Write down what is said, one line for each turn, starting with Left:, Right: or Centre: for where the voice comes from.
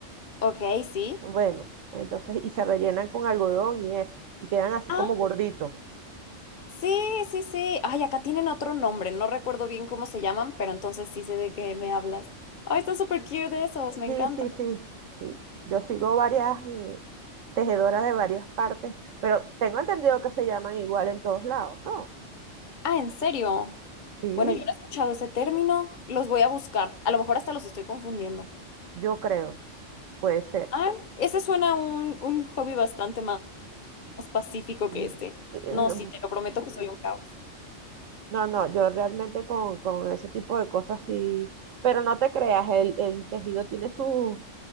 Left: Ok, sí.
Right: Bueno, entonces, y se rellenan con algodón y eso, y quedan así
Left: Ah,
Right: como gorditos.
Left: Sí, sí, sí. Ay, acá tienen otro nombre, no recuerdo bien cómo se llaman, pero entonces sí sé de qué me hablas. Ay, están súper cute esos, me
Right: Sí,
Left: encanta.
Right: sí, sí, sí. Yo sigo varias mm, tejedoras de varias partes, pero tengo entendido que se llaman igual en todos lados, ¿no?
Left: Ah, ¿en serio?
Right: Sí,
Left: Bueno, yo no he escuchado ese término. Los voy a buscar. A lo mejor hasta los estoy confundiendo.
Right: yo creo, puede ser.
Left: Ah, ese suena un, un hobby bastante más, más pacífico
Right: Mm,
Left: que este.
Right: que-
Left: No,
Right: No,
Left: sí, te lo prometo que soy un caos.
Right: no, no, yo realmente con, con ese tipo de cosas sí, pero no te creas, el, el tejido tiene sus